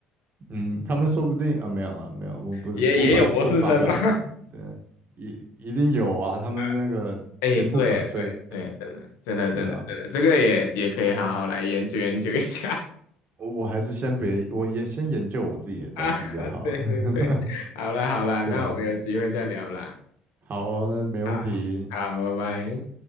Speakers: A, on the right; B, on the left.
A: 嗯，他们说不定啊，没有了，没有，我不不不不发表意对，
B: 也也有博士生嘛。<laughs>
A: 一一定有啊，他们那个坚不可摧，
B: 啊，哎，对对对，真的真的真的真的，
A: 对啊，
B: 这个也也可以好好来研究研究一下
A: 我我还是先别，我也先研究我自己的东西就好了，
B: <laughs> 啊。对对对，好啦好啦，
A: <laughs> 对啊。
B: 那我们有机会再聊啦。
A: 好哦，那没问题，
B: 好，好，拜拜。